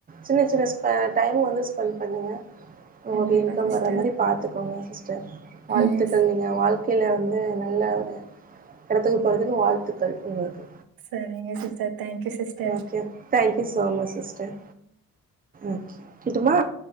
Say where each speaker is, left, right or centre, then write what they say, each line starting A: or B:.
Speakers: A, on the right; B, on the right.
A: சின்ன சின்ன ஸ்ப டைம் வந்து ஸ்பென்ட் பண்ணுங்க ஒங்ளுக்கு
B: கண்டிப்பா
A: இன்கம்
B: சிஸ்டர்
A: வர மாரி பாத்துகோங்க சிஸ்டர் வாழ்த்துக்கள்
B: ம்
A: நீங்க வாழ்க்கைல வந்து நல்ல ஒரு எடத்துக்கு போறதுக்கு வாழ்த்துக் க்கள் உங்களுக்கு
B: சரிங்க sister thank you sister
A: okay thank you so much sister okay கிட்டுமா